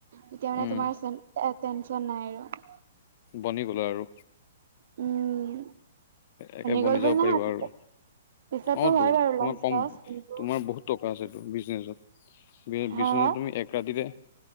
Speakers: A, on the right; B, on the left.
A: তেতিয়া মানে
B: উম
A: তোমাৰ চ এ টেনশ্যন নাই আৰু।
B: বনি গলা আৰু
A: উম,
B: একে বনি
A: গ'ল বুলি
B: যাব
A: নহয়
B: পাৰিবা
A: পিছত
B: আৰু।
A: পিছতো
B: অঁ
A: হয়
B: তো
A: বাৰু
B: তোমাৰ
A: লছ
B: কম
A: চছ কিন্তু
B: তোমাৰ বহুত টকা আছে টো বিজনেচত,
A: হা
B: বিজনেচত
A: হা
B: তুমি এক ৰাতিতে